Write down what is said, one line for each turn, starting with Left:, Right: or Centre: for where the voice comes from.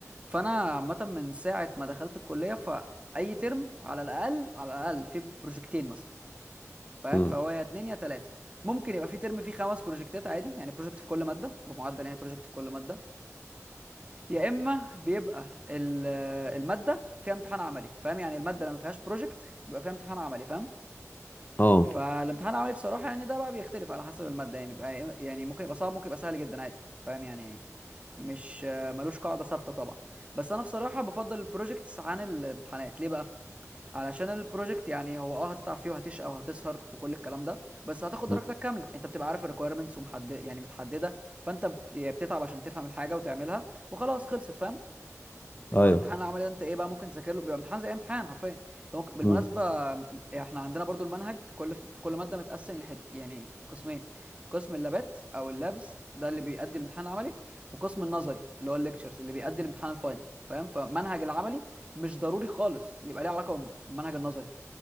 Right: فانا عامه من ساعه ما دخلت الكليه فاي ترم على الاقل على الاقل في بروجكتين مثلا فاهم
Left: امم
Right: فهو يا اتنين يا تلاته ممكن يبقى في ترم فيه خمس بروجكتات عادي يعني بروجكت في كل ماده بمعدل يعني بروجكت في كل ماده يا اما بيبقى ال- الماده فيها امتحان عملي فاهم يعني الماده لما فيهاش بروجكت بيبقى فيها امتحان عملي فاهم
Left: اه
Right: فالامتحان العملي بصراحه يعني ده بقى بيختلف على حسب الماده يعني بيبقى إيه، يعني ممكن يبقى صعب ممكن يبقى سهل جدا عادي فاهم يعني مش ملوش قاعده ثابته طبعا بس انا بصراحه بفضل البروجكتس عن الامتحانات ليه بقى علشان البروجكت يعني هو اه هتتعب فيه وهتشقى وهتسهر وكل الكلام ده بس هتاخد درجتك
Left: مم.
Right: كامله انت بتبقى عارف الريكويرمنتس ومحدد يعني متحدده فانت بت- بتتعب عشان تفهم الحاجه وتعملها وخلاص خلصت فاهم انما
Left: ايوه
Right: امتحان العملي ده انت ايه بقى ممكن تذاكر له بيبقى امتحان زي أي امتحان حرفيا انت ممكن بالمناسبه
Left: امم
Right: م- احنا عندنا برضو المنهج كل ف- في كل ماده متقسم لحت يعني قسمين قسم اللابات او اللابز ده اللي بيأدي الامتحان العملي وقسم النظري اللي هو الليكتشرز اللي بيأدي الامتحان الفاينل فاهم فمنهج العملي مش ضروري خالص يبقى ليه علاقه بالمنهج النظري